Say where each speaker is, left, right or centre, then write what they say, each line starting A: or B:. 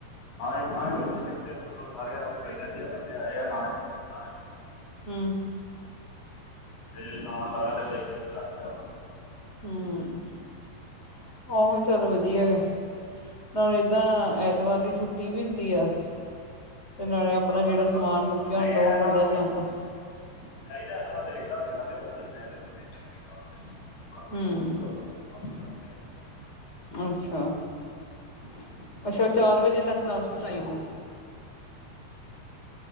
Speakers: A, on the left; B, on the left.
A: ਹਾਂ ਇੱਕ ਥਾਂ ਈ ਖਲੋ ਜਾਂਦੀ ਉੱਥੇ ਮਤਲਬ ਸਾਰੇ ਰਹਿੰਦੇ ਆ ਬੰਦੇ ਆਏ ਆ ਨ ਲਦੇ ਉਹਨਾਂ ਨੇ <unintelligible>
B: ਹੁੰ।
A: ਤੇ ਨਾਲ ਸਾਰਿਆਂ ਦੇ ਲੈ ਕੇ ਤੇ ਫੇਰ ਆਜੀ ਦਾ ਵਾ
B: ਹੁੰ <inaudible> ਆਹੋ ਚੱਲ ਵਧੀਆ ਨਾਲ ਏਦਾਂ ਐਤਵਾਰ ਦੀ ਛੁੱਟੀ ਵੀ ਹੁੰਦੀ ਆ <inaudible> ਤੇ ਨਾਲੇ ਆਪਣਾ
A: ਹਾਂ ਹਾਂ
B: ਜਿਹੜਾ
A: ਐਤਵਾਰ
B: ਸਮਾਨ ਮੁੱਕਿਆ
A: ਹਾਂ ਨਹੀਂ
B: ਹੁੰਦਾ
A: ਐਤਵਾਰ
B: ਉਹ ਬੰਦਾ ਲੈ ਆਂਦਾ।
A: <unintelligible> ਚਾਹੀਦਾ ਇ ਵ ਚਾਹੀਦਾ ਗਿਆਰਾਂ ਵਜੇ ਤੱਕ ਜਾਂਦਾ ਇੱਧਰ ਤਿੰਨ ਚਾਰ ਘੰਟੇ ਵਾਸਤੇ ਥੋੜਾ ਕੰਮ
B: ਹੁੰ।
A: ਥੋੜਾ ਮਾੜਾ ਮੋਟਾ ਉਹਨਾਂ ਕਰਕੇ ਥੋੜਾ
B: ਅੱਛਾ
A: ਕੰਮ
B: <inaudible> ਅੱਛਾ ਚਾਰ
A: ਥੋੜਾ ਬਾਤਾ
B: ਵਜੇ
A: ਪਾ
B: ਤੱਕ
A: ਜਾਣਾ
B: ਲਾਸਟ ਟਾਈਮ ਆ?